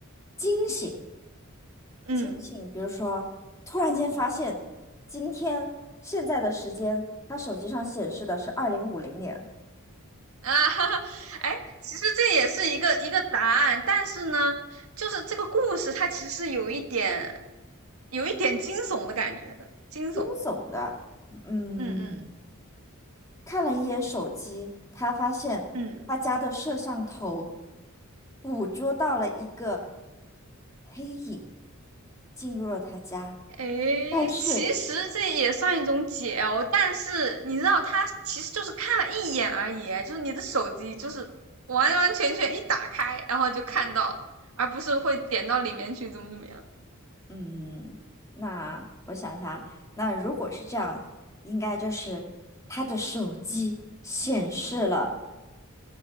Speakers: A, on the left (about 15°); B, on the right (about 80°).
A: 惊醒，
B: 嗯
A: 惊醒，比如说，突然间发现，今天现在的时间，他手机上显示的是二零五零年，
B: 啊，<laughs> 哈哈，哎，其实这也是一个一个答案，但是呢，就是这个故事它其实是有一点，有一点惊悚的感觉的，惊悚。
A: 惊悚的，嗯，
B: 嗯嗯
A: 看了一眼手机，他发现他家的摄像头
B: 嗯。
A: 捕捉到了一个黑影进入了他家，
B: 诶，
A: 但是。
B: 其实这也算一种解哦，但是你知道，他其实就是看了一眼而已，就是你的手机就是完完全全一打开，然后就看到，而不是会点到里面去，怎么怎么样。
A: 嗯，那我想一下，那如果是这样，应该就是他的手机显示了